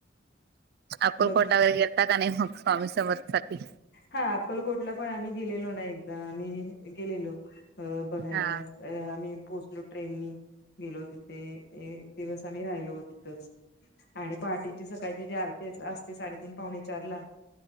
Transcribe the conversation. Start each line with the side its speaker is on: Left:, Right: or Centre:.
Right: अक्कलकोटला
Left: मग
Right: वगैरे गेलता का नाही मग स्वामी समर्थ साठी
Left: हा अक्कलकोटला पण आम्ही गेलेलो ना एकदा आम्ही गेलेलो बघायला
Right: हा
Left: आम्ही पोहोचलो ट्रेननी गेलो तिथे एक दिवस आम्ही राहिलो तिथच आणि पहाटेची सकाळची जी आरती आती साडेतीन पावणे चार ला